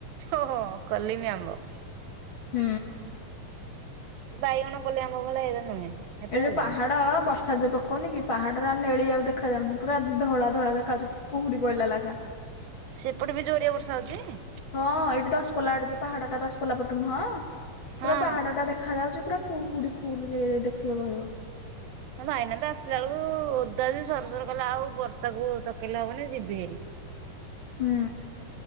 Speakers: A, on the right; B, on the left.
A: ହଁ ହଁ କଲିମି ଆମ୍ବ।
B: ହୁଁ।
A: ବାଇଗଣ ପଲେଇ ଆମ୍ୱ ଭଳିଆ ଏଇରା ନୁହେଁ। ଏତେ
B: ଏ ଯୋଉ
A: ଭଲ
B: ପାହାଡ
A: ଲାଗୁନି।
B: ବର୍ଷା ର୍ଷା ଯୋଉ ପକଉନି କି ପାହାଡ ଗୁରା ନେଳି ଆଉ ଦେଖାଯାଉନି। ପୁରା ଧଳା ଧଳା ଦେଖାଯାଉଛି କୁହୁଡି ପହିଲା ଲେଖାଁ।
A: ସେପଟେ ବି ଜୋରିଆ ବର୍ଷା ହଉଛି?
B: ହଁ ଏଇଠି ଦଶପଲ୍ଲା ଆଡେ ଯୋଉ ପାହାଡଟା ଦଶପଲ୍ଲା ପଟୁ ନୁହଁ
A: ହଁ।
B: ପୁରା ପାହାଡଟା ଦେଖା ଯାଉଛି ପୁରା କୁହୁଡି ଫୁଲ ଯେ ଯିଏ ଦେଖିବ କହିବ।
A: ହଁ ଭାଇନା ତ ଆସିଲା ବେଳକୁ ଓଦା ଯେ ସରସର କଲା ଆଉ ବର୍ଷାକୁ ତକେଇଲେ ହବନି ଯିବି ହେରି।
B: ହୁଁ।